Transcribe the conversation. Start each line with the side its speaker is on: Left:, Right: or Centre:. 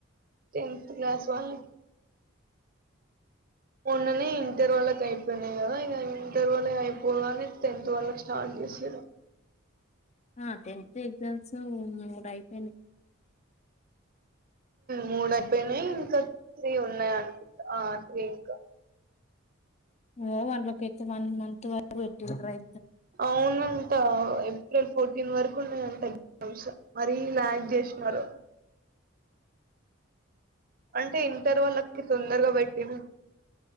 Right: టెన్త్ క్లాస్ వాళ్ళకి మొన్ననే ఇంటర్ వాళ్ళకి అయిపోయినాయి కదా ఇక ఇంటర్ వాళ్ళ అయిపోగానే టెన్త్ వాళ్ళకి స్టార్ట్ చేసిర్రు
Left: ఆ టెన్త్ ఎగ్జామ్స్ మూడు అయిపోయినాయి
Right: మూడు అయిపోయినాయి ఇంకా త్రీ ఉన్నాయి ఆ త్రీ ఇంకా
Left: ఓ వార్లకైతే వన్ మంత్ దాక పెట్టిర్రు రై
Right: అవునంతా ఏప్రిల్ ఫోరటీన్ వరకు గున్న గాన్ పెద్ వంశ మరీ ల్యాగ్ జేష్నరు. అంటె ఇంటర్ వోళ్ళకి తొందర్గ పెట్టిర్రు.